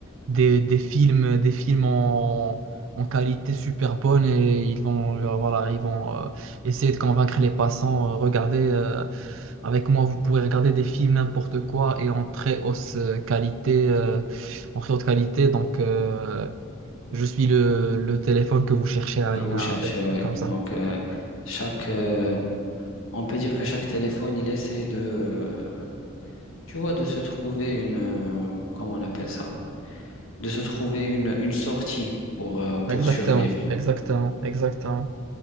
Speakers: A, on the right; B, on the left.
A: des, des films, des films en, en qualité super bonne et ils vont, euh, voilà, ils vont euh, essayer de convaincre les passants. euh, regardez, euh, avec moi, vous pourrez regarder des films n'importe quoi et en très haute euh, qualité. euh, en très haute qualité. Donc, euh, je suis le, le téléphone que vous cherchez, Alina,
B: que vous cherchez,
A: avec
B: ouais.
A: comme ça.
B: Donc, euh, chaque, euh, on peut dire que chaque téléphone, il essaie de, euh, tu vois, de se trouver une, euh, comment on appelle ça? De se trouver une, une sortie pour, euh, pour
A: Exactement,
B: survivre.
A: exactement, exactement.